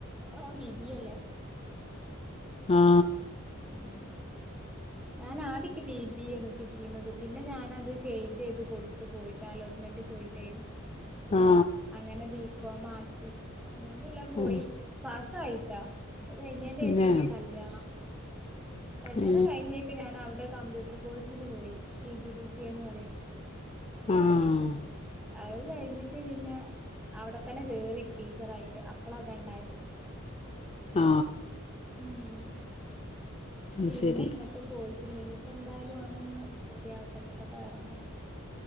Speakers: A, in the centre; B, on the left.
A: ആ ബിബി അല്ലേ
B: ആ
A: ഉം ഞാൻ ആദ്യക്ക ബിബിണ് കിട്ടിയുന്നത് പിന്നെ ഞാനത് ചേഞ്ച് ചെയ്ത് കൊടുത്ത പോയിട്ടാലോട്ട ്മെന്റ് പോയിട്ടേ
B: ആ
A: അങ്ങനെ ബികോം ആക്കി മൂന്ന് കൊല്ലം പോയി
B: ആ,
A: പാസായിട്ടാ ഇത് കയിഞ്ഞന്റെ
B: പിന്നെ
A: ശേഷയാരുന്നു കല്യാണം കല്യാണം
B: ഏ,
A: കഴിഞ്ഞേക്കെ ഞാൻ അവിടെ കമ്പ്യൂട്ടർ കോഴ്സിന് പോയി പി ജി ഡി സിന്ന് പറയും
B: ആഹ്
A: അത് കഴിഞ്ഞിട്ട് പിന്നെ അവിടെത്തന്നെ കേറി ടീച്ചറായിട്ട് അപ്പള ഇവൻണ്ടായത്
B: ആ
A: ഉം
B: അത്
A: പിന്നെ
B: ശരി
A: ഇങ്ങട്ടും പോയി ഇല്ലെങ്കി ഇപ്പ എന്തായാലും അവന് ഒന്ന് റെഡി ആവട്ടെന്നട്ടൊക്കെ ന്ന് ഇറങ്ങണം